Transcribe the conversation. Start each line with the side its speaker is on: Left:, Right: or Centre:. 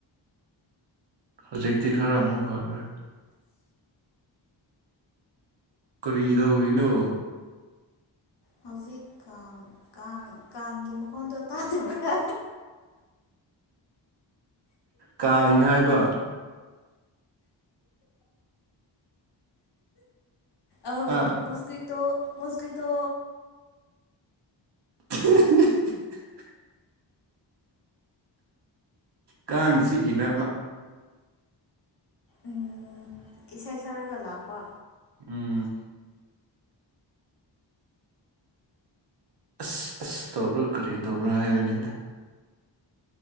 Right: ꯍꯧꯖꯤꯛꯇꯤ ꯈꯔ ꯑꯃꯨꯛ ꯐꯈ꯭ꯔꯦ ꯀꯔꯤ ꯗꯧꯔꯤꯅꯣ
Left: ꯍꯧꯖꯤꯛ ꯀꯥꯡ ꯀꯥꯡ ꯀꯥꯡꯒꯤ ꯃꯈꯣꯟꯗꯣ ꯇꯥꯗꯕ꯭ꯔꯥ
Right: ꯀꯥꯡ ꯍꯥꯏꯕ
Left: ꯑꯥꯎ
Right: ꯑ
Left: ꯃꯨꯁꯀꯤꯇꯣ ꯃꯨꯁꯀꯤꯇꯣ
Right: <unintelligible> ꯀꯥꯡ ꯆꯤꯛꯏꯔꯕ
Left: ꯎꯝ ꯏꯁꯩ ꯁꯛꯔꯒ ꯂꯥꯛꯄ
Right: ꯎꯝ ꯑꯁ ꯑꯁ ꯇꯧꯕꯥ ꯀꯔꯤ ꯇꯧꯕ꯭ꯔꯥ ꯍꯥꯏꯕꯅꯤꯗ